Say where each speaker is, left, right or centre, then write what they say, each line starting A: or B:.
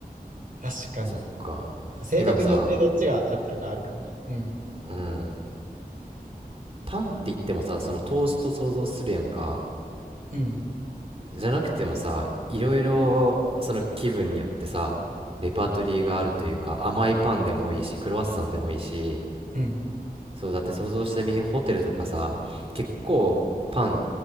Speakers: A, on the right; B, on the right.
A: 確かに。
B: そっかえでもさ
A: 性格によってどっちが合ってるかあるかもね。うん。
B: うんパンって言ってもさそのトースト想像するやんか
A: うん。
B: じゃなくてもさいろいろその気分によってさレパートリーがあるというか甘いパンでもいいしクロワッサンでもいいし
A: うん
B: そうだって想像してみホテルとかさ結構パン